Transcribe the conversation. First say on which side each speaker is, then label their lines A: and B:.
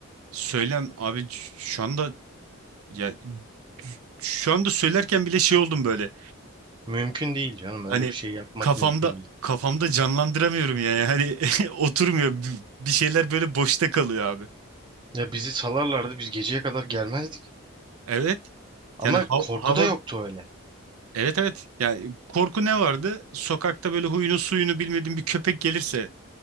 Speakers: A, on the right; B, on the right.
A: söylem abi şu anda Ya şu anda söylerken bile şey oldum böyle.
B: Mümkün değil canım öyle
A: Hani
B: bir şey yapmak
A: kafamda
B: mümkün değil.
A: kafamda canlandıramıyorum yani. Hani <laughs> oturmuyor. B- Bir şeyler böyle boşta kalıyor abi.
B: Ya bizi salarlardı biz geceye kadar gelmezdik.
A: Evet.
B: Ama
A: Yani hav-
B: korku
A: hava
B: da yoktu öyle.
A: evet evet. Yani korku ne vardı? Sokakta böyle huyunu suyunu bilmediğin bir köpek gelirse